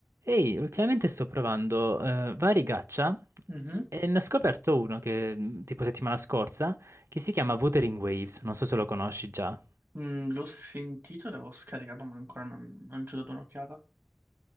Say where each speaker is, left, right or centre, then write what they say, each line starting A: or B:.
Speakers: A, on the right; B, on the right.
A: Ehi, ultimamente sto provando eh, vari gacha
B: Mhm.
A: e ne ho scoperto uno che, mh, tipo settimana scorsa, che si chiama Wuthering Waves, non so se lo conosci già.
B: Mm, l'ho sentito, l'avevo scaricato, ma ancora non, non ci ho dato un'occhiata.